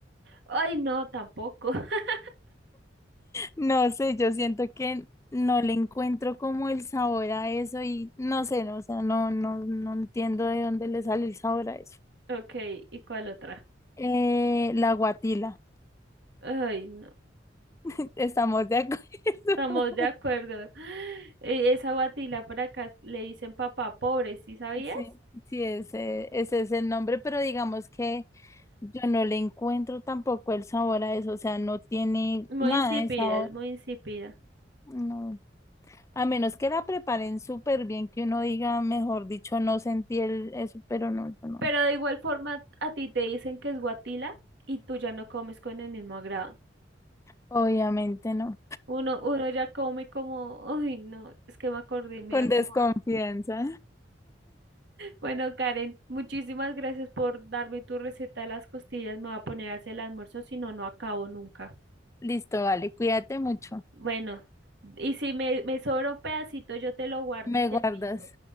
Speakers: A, on the right (about 65°); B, on the left (about 15°).
A: Ay, no, tampoco. <laughs>
B: No sé, yo siento que no le encuentro como el sabor a eso y no sé, no, o sea, no, no, no entiendo de dónde le sale el sabor a eso.
A: Ok, ¿y cuál otra?
B: Eh, la guatila,
A: Ay, no,
B: <laughs> estamos de acuerdo. <laughs>
A: estamos de acuerdo. <gasps> <sighs> Eh, Esa guatila por acá le dicen papá pobre, ¿sí sabías?
B: Sí, sí, ese, ese es el nombre, pero digamos que Yo no le encuentro tampoco el sabor a eso, o sea, no tiene
A: Muy
B: nada
A: insípida,
B: de sabor,
A: es muy insípida.
B: no. A menos que la preparen súper bien, que uno diga, mejor dicho, no sentí el, eso, pero no, yo no.
A: Pero de igual forma, a ti te dicen que es guatila y tú ya no comes con el mismo agrado.
B: Obviamente no.
A: Uno, uno ya come como, ay, no, es que me acordé y me
B: Con
A: da como...
B: desconfianza.
A: asco. Bueno, Karen, muchísimas gracias por darme tu receta de las costillas. Me voy a poner a hacer el almuerzo, si no, no acabo nunca.
B: Listo, vale, cuídate mucho.
A: Bueno, y si me, me sobra un pedacito, yo te lo guardo
B: Me
A: y te
B: guardas.
A: aviso.